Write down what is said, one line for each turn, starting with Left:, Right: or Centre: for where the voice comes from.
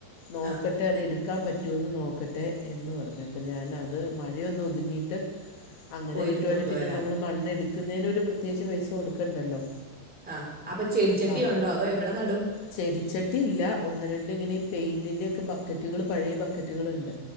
Left: നോക്ക
Centre: ആ
Left: ട്ടെ അത് എടുക്കാൻ പറ്റോന്ന് നോക്ക ക്കട്ടെ എന്ന് പറഞ്ഞു അപ്പം ഞാന് അത് മഴയൊന്ന് ഒതുങ്ങിയിട്ട് അങ്ങനെ
Centre: പോയി
Left: കിട്ടുവാണെങ്കിൽ
Centre: എടുത്തുകൊണ്ട്
Left: പിന്നെ
Centre: വരാം
Left: നമ്മള് മണ്ണ് എടുക്കുന്നേന് ഒരു പ്രത്യേകിച്ച് പൈസ കൊടുക്കണ്ടല്ലോ
Centre: ആഹ് അപ്പോ ചെടിച്ചട്ടിയുണ്ടോ
Left: അപ്പം
Centre: അതോ എവിടെ നടും
Left: ചെടിച്ചട്ടി ഇല്ല ഒന്ന് രണ്ട് ഇങ്ങനെ ഈ പെയിന്റിന്റെയൊക്കെ ബക്കറ്റുകള് പഴയ ബക്കറ്റുകള്ണ്ട്